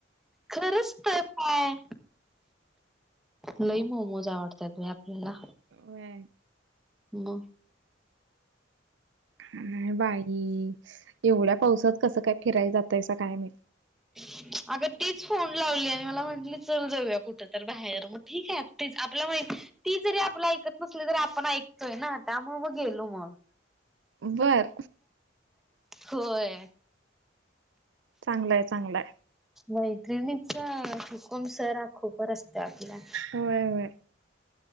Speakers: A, in the centre; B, on the right (about 70°).
A: खरंच तर काय लय मोमोज आवडतात आपल्याला
B: होय.
A: मग
B: काय बाई एवढ्या पावसात कसं काय फिरायला जातयसा काय माहित
A: <inaudible> अग तीच फोन लावली आणि मला म्हटली चल जाऊया कुठ तर बाहेर मग ठीक आहे आपल्या ती जरी आपला ऐकत नसली तरी आपण ऐकतोय ना त्यामुळे मग गेलो मग.
B: बर.
A: होय.
B: चांगलाय चांगलाय.
A: मैत्रिणीचा हुकुम सर आखो पर असतय आपल्याला.
B: होय होय.